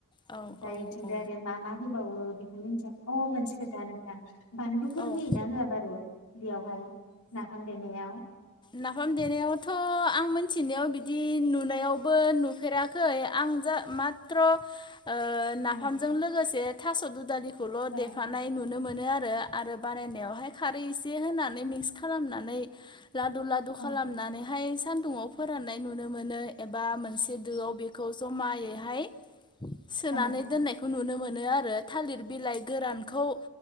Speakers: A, on the left; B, on the left.
A: औ
B: ओमफ्राय थिंजाय
A: औ
B: आरो मा-मा होबावो मोनथिया अ मोनसे खोथा नोंथां बानलु फोर
A: औ ओ
B: होयो ना होआ बारु बेयाव हाय नाफाम देनायाव?
A: नाफाम देनायाव थ' आं मोन थिनायाव बिदि नुनायाव बो नुफेराखै आं जा माथ्र ओ नाफामजों
B: ओं
A: लोगोसे थास' दुदालि ल'
B: ओं
A: देफानाय नुनो मोनो मोनो आरो आरो बानायनायावहाय खारै एसे होनानै मिक्स खालामनानै लादु-लादु
B: ओं
A: खालामनानैहाय सान्दुङाव फोरान्नाय नुनो मोनो एबा मोनसे दोआव बेखौ जमायैहाय सोनानै
B: ओं ओं
A: दोननायखौ नुनो मोनो मोनो आरो थालिर बिलाइ गोरानखौ‌